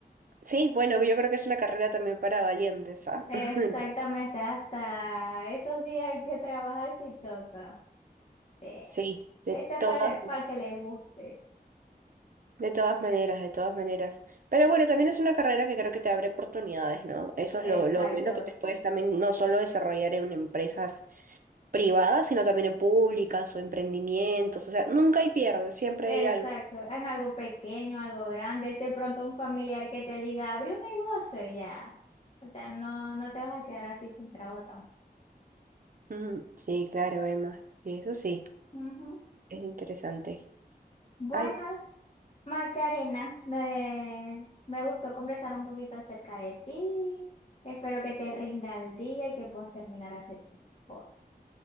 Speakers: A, on the right (about 55°); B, on the left (about 40°).
A: Sí, bueno, yo creo que es una carrera también para valientes, ¿ah?
B: Exactamente,
A: <laughs>
B: hasta esos días hay que trabajar si toca. Sí.
A: Sí, de
B: Ese es
A: todas,
B: para, para que le guste.
A: de todas maneras, de todas maneras. Pero bueno, también es una carrera que creo que te abre oportunidades, ¿no? Eso es
B: Exacto.
A: lo, lo bueno que te puedes también no solo desarrollar en empresas privadas, sino también en públicas o emprendimientos. O sea, nunca hay pierde, siempre
B: Exacto,
A: hay algo.
B: en algo pequeño, algo grande, de pronto un familiar que te diga, abre un negocio y ya. O sea, no, no te vas a quedar así sin trabajo. tampoco.
A: Ujú, Sí, claro, Emma. Sí, eso sí,
B: Ujú.
A: es interesante.
B: Bueno,
A: Ay.
B: Macarena, me, me gustó conversar un poquito acerca de ti. Espero que te rinda el día y que puedas terminar a hacer tu cosas.